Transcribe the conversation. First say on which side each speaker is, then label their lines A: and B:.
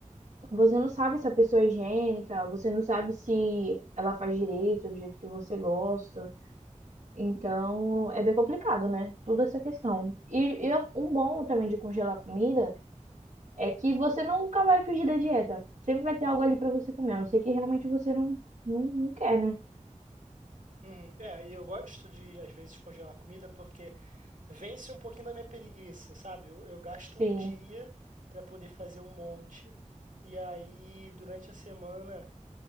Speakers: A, on the right; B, on the right.
A: você não sabe se a pessoa é higiênica, você não sabe se ela faz direito, do jeito que você gosta. Então, é bem complicado, né? Tudo essa questão. E, e é um bom também de congelar comida é que você nunca vai fugir da dieta. Sempre vai ter algo ali pra você comer, a não ser que realmente você não, não, não quer, né?
B: Uhum. É, e eu gosto de, às vezes, congelar comida porque vence um pouquinho da minha preguiça, sabe? Eu, eu gasto
A: Sim.
B: um dia para poder fazer um monte, e aí durante a semana